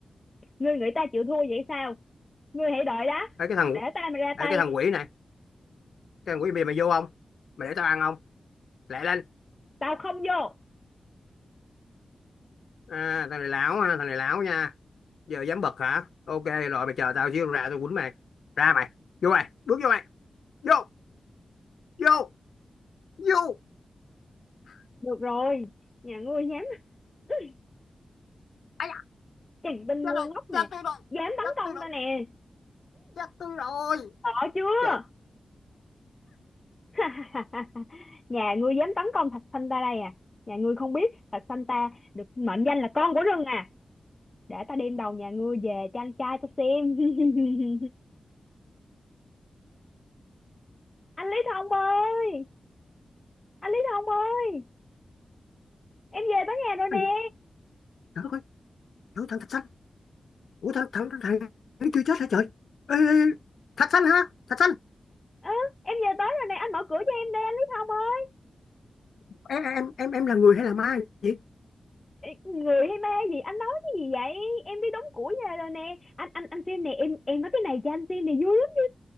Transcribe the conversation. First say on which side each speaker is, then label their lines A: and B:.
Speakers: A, on the left; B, on the left.
A: ngươi nghĩ ta chịu thua vậy sao ngươi hãy đợi đó
B: Ê, cái thằng
A: để ta mà ra
B: ê,
A: tay
B: cái thằng quỷ này, cái thằng quỷ mày mày vô không? Mày để tao ăn không? Lẹ lên.
A: tao không vô
B: À, thằng này lão ha, thằng này lão nha. giờ dám bật hả ok rồi mày chờ tao xíu ra tao quýnh mày ra mày vô mày bước vô mày vô vô vô
A: được rồi nhà ngươi dám <laughs>
B: ai
A: chàng tinh
B: da
A: ngu ngốc nè
B: chết rồi
A: dám tấn
B: chết
A: công
B: tôi rồi
A: ta nè
B: chết tôi rồi chết tôi rồi
A: sợ chưa
B: trời
A: <laughs> nhà ngươi dám tấn công thạch sanh ta đây à nhà ngươi không biết thạch sanh ta được mệnh danh là con của rừng à để ta đem đầu nhà ngươi về cho anh trai ta xem <laughs> anh Lý Thông ơi anh Lý Thông ơi em về tới nhà rồi
B: Ây,
A: nè
B: trời ơi trời thằng thạch xanh ủa thằng thằng thằng thằng nó chưa chết hả trời ê, thạch xanh hả thạch xanh
A: ừ, em về tới rồi nè anh mở cửa cho em đi anh Lý Thông ơi
B: em em em em là người hay là ma vậy
A: người hay ma gì anh nói cái gì vậy em đi đóng củi về rồi nè anh anh anh xem nè em em nói cái này cho anh xem này vui lắm